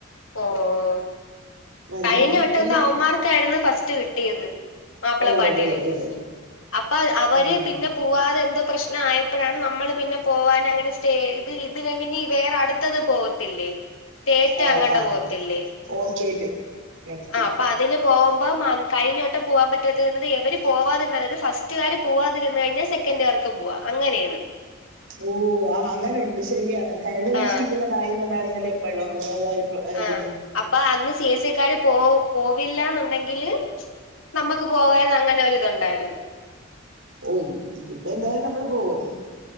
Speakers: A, on the left; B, on the right.
A: ഓഹ്
B: വല്ലോം
A: കഴിഞ്ഞ
B: കിട്ടിയില്ലെങ്കി
A: വട്ടം എന്താ അവന്മാർ ക്കായിരുന്നു ഫസ്റ്റ് കിട്ടിയത് മാപ്പിളപ്പാട്ടിന്.
B: ഓ ഓ ഓ
A: അപ്പ അ അവര്
B: ആഹ്
A: പിന്ന പോവാതെന്തോ പ്രശ്നായപ്പഴാണ് നമ്മൾ പിന്നെ പോവാൻ അങ്ങനെ സ്റ്റേ ഇത് ഇത് കണ്ടിന്യൂ വേറെ അടുത്തത് പോവ ട്ടില്ലേ. സ്റ്റേറ്റങ്ങാണ്ട്
B: ആഹ് ആഹ്
A: പോവത്തില്ലെ
B: ഓ സ്റ്റേറ്റ് നെക്സ്റ്റ്
A: ആഹ് അപ്പതിന് പോവുമ്പം മ കഴിഞ്ഞവട്ടം പോവാൻ പറ്റാതിരുന്നത് എവര് പോവാതിര്ന്നാലത് ഫസ്റ്റുകാര് പോവാതിര്ന്ന് കഴിഞ്ഞാ സെ ക്കൻ്റ്കാർക്ക് പോവാ അങ്ങനെ
B: ഓഹ്. ആഹ് അങ്ങനൊണ്ട് ശരിയാണ് കഴിഞ്ഞ പ്രാവശ്യം
A: ആഹ്
B: ഇങ്ങനെ പറയുന്നുണ്ടായിരുന്നില്ലെ എപ്പഴോ <unintelligible>
A: ആഹ്
B: ഇതിന്
A: അപ്പൊ അന്ന് സി എ സി ക്കാര് പോവ് പോവില്ലാന്നുണ്ടെങ്കില് നമ്മക്ക് പോവാർന്ന് അങ്ങനെ ഒരിതുണ്ടായിരുന്നു.
B: ഓഹ് ഇതിപ്പ എന്തായാലും നമ്മള് പോവല്ലേ.